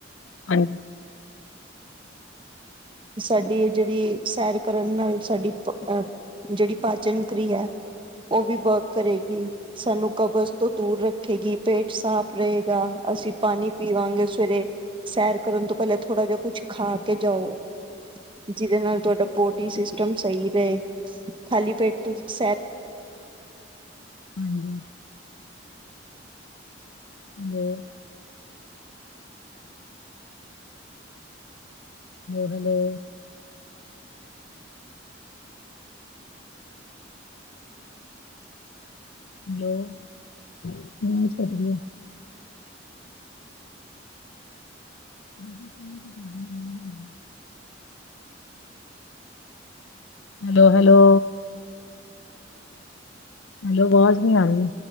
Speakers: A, on the left (about 85°); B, on the right (about 25°).
A: ਹਾਂ
B: ਸਾਡੀ ਏ ਜੇੜੀ ਸੈਰ ਕਰਨ ਨਾਲ਼ ਸਾਡੀ ਅ ਜੇੜੀ ਪਾਚਨ ਅੰਤੜੀ ਆ ਓ ਵੀ ਵਰਕ ਕਰੇਗੀ ਸਾਨੂੰ ਕਬਜ਼ ਤੋਂ ਦੂਰ ਰੱਖੇਗੀ ਪੇਟ ਸਾਫ਼ ਰਏਗਾ ਅਸੀਂ ਪਾਣੀ ਪੀਵਾਂਗੇ ਸਵੇਰੇ ਸੈਰ ਕਰਨ ਤੋਂ ਪੇਲਾਂ ਥੋੜ੍ਹਾ ਜਿਹਾ ਕੁੱਛ ਖਾ ਕੇ ਜਾਓ। ਜਿਦੇ ਨਾਲ ਤੁਆਡਾ ਬੋਡੀ ਸਿਸਟਮ ਸਈ ਰਏ, ਖਾਲੀ ਪੇਟ ਤੋਂ ਸੈਰ
A: ਹਾਂਜੀ। <unintelligible> ਹੈਲੋ-ਹੈਲੋ। ਹੈਲੋ, ਫੋਨ ਈ ਕੱਟ ਗੇਆ। <unintelligible> ਹੈਲੋ-ਹੈਲੋ। ਹਲੋ ਆਵਾਜ਼ ਨੀ ਆ ਰਈ।